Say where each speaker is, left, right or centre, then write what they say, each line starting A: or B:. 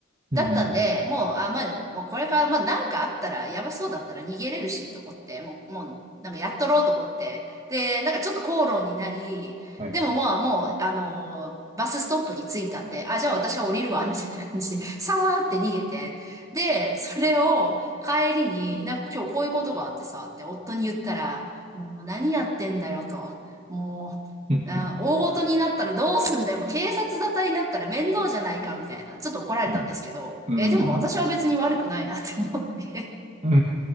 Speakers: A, on the right; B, on the right.
A: うん。
B: だったんで、
A: うん。
B: もう、あ、まあ、もうこれから、まあ、なんかあったら、やばそうだったら逃げれるし、と思って、もう、もう、なんかやっとろうと思って。で、なんかちょっと口論になり、
A: はい。
B: でもまあ、もう、あのーバスストップに着いたんで、あ、じゃあ私は降りるわ、みたいな感じで、さーって逃げて。で、それを帰りに、なんか今日こういうことがあってさ、って夫に言ったら、もう何やってんだよ、と。もあー、
A: うん。
B: 大事になったらどうすんだよ。もう警察沙汰になったら面倒じゃないか、みたいな。ちょっと怒られたんですけど、
A: うん。うん。
B: えーでも私は別に悪くないなって思って。
A: うー